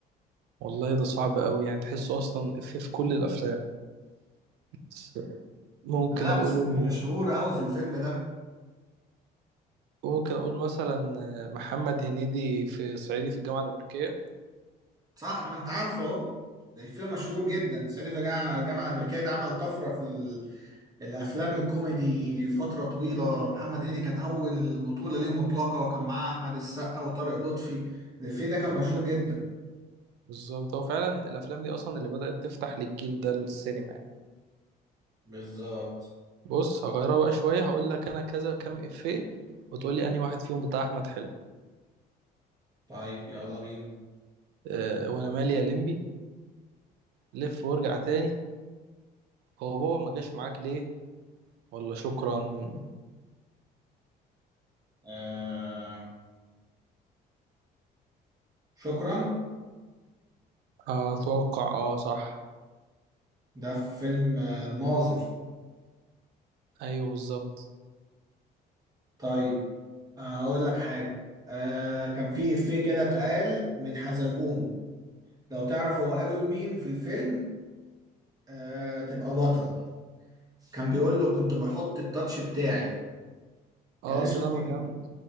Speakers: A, on the right; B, on the right.
A: والله ده صعب قوي يعني تحسه اصلا في في كل الافلام بس ممكن
B: لا
A: اقول
B: بس
A: انه
B: كان مشهور قوي في الفيلم ده
A: ممكن اقول مثلا محمد هنيدي في صعيدي في الجامعة الأمريكية
B: صح ما انت عارفه اهو ده فيلم مشهور جدا صعيدي في الجامعه الجامعة الامريكيه ده عمل طفره في ال- الافلام الكوميدي فتره طويله محمد هنيدي كان اول بطوله ليه مطلقه وكان معاه احمد السقا وطارق لطفي الفيلم ده كان مشهور جدا
A: بالظبط هو فعلا الافلام دي اصلا اللي بدأت تفتح للجيل ده السينما يعني
B: بالظبط
A: بص هغيرها بقى شوية هقول لك انا كذا كام افيه وتقول لي انهي واحد فيهم بتاع احمد حلمي
B: طيب يلا بينا
A: آه، وانا مالي يا لمبي لف وارجع تاني هو بابا ما جاش معاك ليه ولا شكرا
B: آه شكرا
A: آه، اتوقع اه صح
B: ده في فيلم آه، الناظر
A: ايوه بالظبط
B: طيب هقول لك حاجة آه كان في إفيه كده اتقال من حزلقوم لو تعرف هو قاله لمين في الفيلم آه تبقى بطل كان بيقول له كنت بحط التاتش بتاعي
A: اه
B: كان اسمه
A: ده لما
B: إيه؟
A: كان